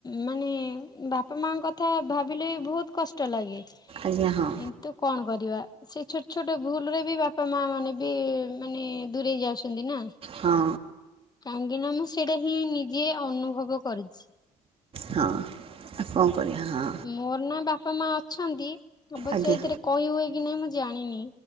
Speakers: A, on the left; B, on the right.
A: ମାନେ ବାପା ମାଙ୍କ କଥା ଭାବିଲେ ବହୁତ କଷ୍ଟ ଲାଗେ।
B: ଆଜ୍ଞା ହଁ
A: କିନ୍ତୁ କଣ? କରିବା ସେ ଛୋଟ ଛୋଟ ଭୁଲରେ ବି ବାପା ମା ମାନେ ବି ମାନେ ଦୂରେଇ ଯାଉଛନ୍ତି ନା।
B: ହଁ
A: କାହିଁକିନା ଆମ ସେଟା ହିଁ ନି ଯିଏ ଅନୁଭବ କରୁଛି।
B: ହଁ ଆଉ କଣ କରିବା ହଁ।
A: ମୋର ନ ବାପା ମା ଅଛନ୍ତି। ଅବଶ୍ୟ
B: ଆଜ୍ଞା
A: ଏଇଥିରେ କହି ହୁଏନା କି ନାଇଁ ମୁଁ ଜା ଜାଣିନି